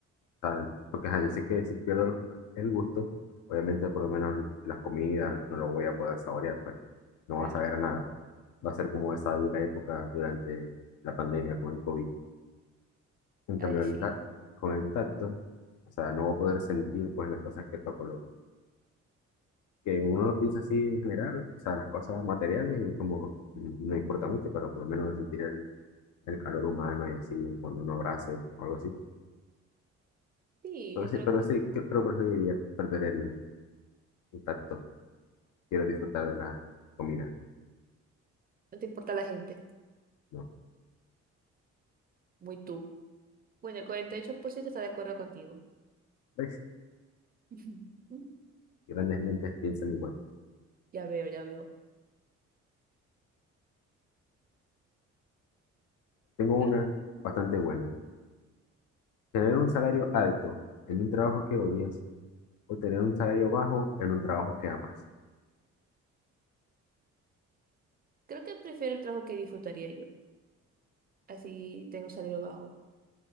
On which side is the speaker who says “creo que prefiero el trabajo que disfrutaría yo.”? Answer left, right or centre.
Right